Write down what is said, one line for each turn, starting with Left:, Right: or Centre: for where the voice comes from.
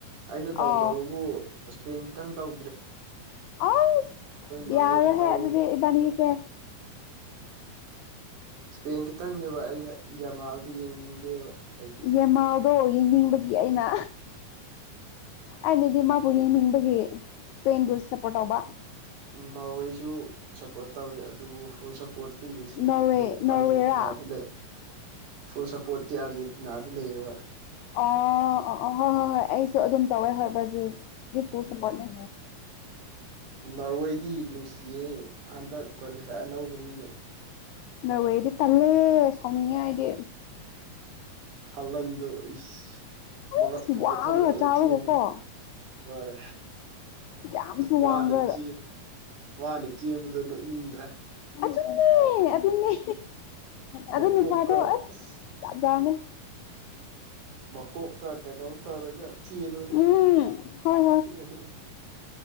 Right: ꯑꯩꯅ ꯇꯧꯗꯕꯕꯨ
Left: ꯑꯥꯎ
Right: ꯏꯁꯄꯦꯟ ꯈꯛꯇꯪ ꯇꯧ
Left: ꯑꯁ
Right: ꯅꯣꯔꯋꯦꯁꯨ
Left: ꯌꯔꯣꯢꯍꯦ
Right: ꯇꯧꯋꯤ
Left: ꯑꯗꯨꯗꯤ ꯏꯕꯥꯅꯤꯁꯦ
Right: ꯏꯁꯄꯦꯟ ꯈꯤꯇꯪꯅꯦꯕ ꯑꯩꯅ ꯌꯃꯥꯜꯗꯨ ꯌꯦꯡꯅꯤꯡꯗꯦꯕ ꯑꯩꯗꯤ
Left: ꯌꯃꯥꯜꯗꯣ ꯌꯦꯡꯅꯤꯡꯕꯒꯤ ꯑꯩꯅ ꯑꯩꯅꯗꯤ ꯃꯥꯕꯨ
Right: ꯌꯥꯝ
Left: ꯌꯦꯡꯅꯤꯡꯕꯒꯤ ꯁꯄꯦꯟꯕꯨ ꯁꯞꯄꯣꯔꯠ ꯇꯧꯕ
Right: ꯅꯣꯋꯦꯁꯨ ꯁꯞꯄꯣꯔꯠ ꯇꯧꯋꯤ ꯑꯗꯨꯕꯨ ꯐꯨꯜ ꯄꯔꯇ ꯃꯁꯤ
Left: ꯅꯣꯔꯋꯦ ꯅꯣꯔꯋꯦꯔꯥ
Right: ꯑꯔꯖꯦꯟꯇꯤ <unintelligible> ꯅꯥ ꯑꯗꯨꯂ ꯐꯨꯜ ꯁꯞꯄꯣꯔꯠꯇꯤ ꯑꯔꯖꯦꯟꯇꯤꯅꯥꯗ ꯂꯩꯌꯦꯕ
Left: ꯑ ꯍꯣꯏ ꯍꯣꯏ ꯍꯣꯏ ꯑꯩꯁꯨ ꯑꯗꯨꯝ ꯇꯧꯋꯦ ꯍꯣꯏ ꯕꯔꯖꯤꯜ ꯗꯤ ꯐꯨꯜ ꯁꯞꯄꯣꯔꯠꯅꯦ
Right: ꯅꯣꯔꯋꯦꯗꯤ ꯅꯨꯡꯁꯤꯌꯦ ꯍꯟꯗꯛ ꯀ꯭ꯋꯥꯂꯤꯐꯥꯏ ꯑꯅꯧꯕꯅꯤꯅꯦ
Left: ꯅꯣꯔꯋꯦꯗꯤ ꯇꯜꯂꯦ ꯁꯥꯎꯅꯤꯡꯉꯦ ꯍꯥꯏꯗꯤ
Right: ꯍꯜꯍꯟꯗꯣ ꯏꯁ
Left: ꯑꯩꯁ
Right: ꯃꯉꯛ ꯊꯥꯡꯒꯠ
Left: ꯋꯥꯡꯔꯒ
Right: ꯊꯥꯡꯒꯠꯂ
Left: ꯆꯥꯎꯔꯒꯀꯣ
Right: ꯆꯦꯟꯉ ꯍꯣꯏ
Left: ꯀꯌꯥꯝꯁꯨ
Right: ꯃꯅ
Left: ꯋꯥꯡꯕ꯭ꯔꯥ
Right: ꯆꯦꯟ ꯃꯥꯅ ꯆꯦꯟꯕꯗꯣ ꯅꯣꯛꯅꯤꯡꯗ꯭ꯔꯥ
Left: ꯑꯗꯨꯟꯅꯦ ꯑꯗꯨꯟꯅꯦ ꯑꯗꯨ
Right: ꯃꯀꯣꯛꯀ
Left: ꯅꯨꯄꯥꯗꯣ ꯑꯁ
Right: ꯏꯁ
Left: ꯆꯞꯖꯥꯅꯦ
Right: ꯀꯣꯛꯀ ꯀꯩꯅꯣꯝ ꯇꯧꯔꯒ ꯆꯦꯕꯗꯣ
Left: ꯎꯝ ꯍꯣꯏ
Right: ꯎꯝ